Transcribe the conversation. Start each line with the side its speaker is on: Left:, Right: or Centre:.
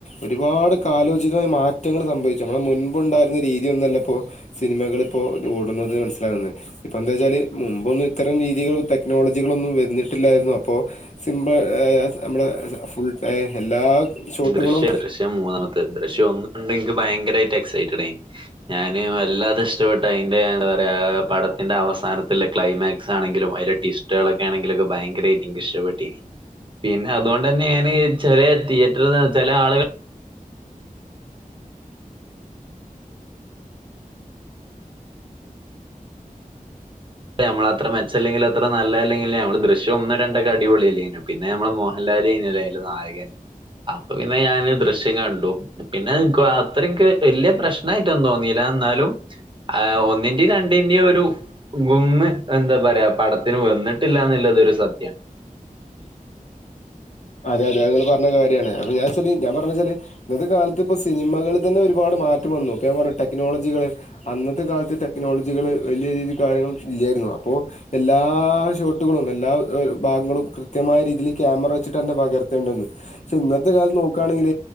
Left: ഒരുപാട് കാലോചിതമാറ്റങ്ങള് സംഭവിച്ചു നമ്മളുടെ മുൻപ് ഉണ്ടായിരുന്ന രീതിയൊന്നു അല്ലപ്പോ സിനിമകള് ഇപ്പോ ഓടുന്നത് മനസ്സിലാകുന്നത് ഇപ്പ എന്താ വെച്ചാല് മുമ്പൊന്നും ഇത്തരം രീതികള് തെ ടെക്നോളജികളൊന്നും വന്നിട്ടില്ലായിരുന്നു അപ്പോ സിംപിൾ ഏ നമ്മുടെ ഫുൾ ടൈ എല്ലാ ഷോട്ടുകളും
Right: ദൃശ്യ ദൃശ്യം മൂന്നാമത്ത് ദൃശ്യം ഒന്നണ്ട് എനിക്ക് ഭയങ്കരായിട്ട് എക്സൈറ്റഡ് ആയിന് ഞാന് വല്ലാതെ ഇഷ്ടപ്പെട്ട അയിന്റെ എന്താ പറയാ പടത്തിന്റെ അവസാനത്തിലുള്ള ക്ലൈമാക്സാണെങ്കിലും അയ്ലെ ടിസ്റ്റുകളൊക്കെ ആണെങ്കിലും ഒക്കെ ഭയങ്കര റ്റി ഇഷ്ടപ്പെട്ടിനി പിന്നെ അതുകൊണ്ടെന്നേണ് ചെറിയേ തി <unintelligible> ചെലേ ആളുകൾ നമ്മള അത്ര മെച്ചല്ലെങ്കില് അത്ര നല്ലല്ലെങ്കില് നമ്മള് ദൃശ്യം ഒന്ന് രണ്ടൊക്കെ അടിപൊളില്ലേനു പിന്നെ നമ്മളെ മോഹൻല്ലാലേയ്നിലെ നായകൻ അപ്പൊ പിന്നെ ഞാന് ദൃശ്യം കണ്ടു പിന്നെ ൻക്കുവത്രിംക്ക് വല്ല്യ പ്രശ്ന ആയ്ട്ടൊന്നും തോന്നീല്ല ന്നാലും ആ ഒന്നിന്റിം രണ്ടിന്റിം ഒരു ഗുമ്മ് എന്താ പറയാ പടത്തിന് വന്നിട്ട് ട്ടില്ലാന്നുള്ളത് ഒരു സത്യാ
Left: അതേ അതേ അത്ങ്ങള് പറഞ്ഞത് കാര്യാണ് അപ്പൊ ഞാൻച്ചാല് പറഞ്ഞ് വെച്ചാല് ഇന്നത്തെ കാലത്ത് ഇപ്പൊ സിനിമകളില്തന്നെ ഒരുപാട് മാറ്റം വന്നു ഇപ്പോ ഞാൻ പറഞ്ഞു ടെക്നോളജികള് അന്നത്തെ കാലത്ത് ടെക്നോളജികള് വലിയ രീതിയിൽ കാര്യങ്ങളൾ ഇല്ലായിരുന്നു അപ്പോ എല്ലാ ഷോട്ടുകളും എല്ലാ ഭാഗങ്ങളും കൃത്യമായ രീതിയിൽ ക്യാമറ വെച്ച് ട്ടന്നെ പകർത്തേണ്ടന്ന് പക്ഷെ ഇന്നത്തെ കാലത്ത് നോക്കുകയാണെങ്കിൽ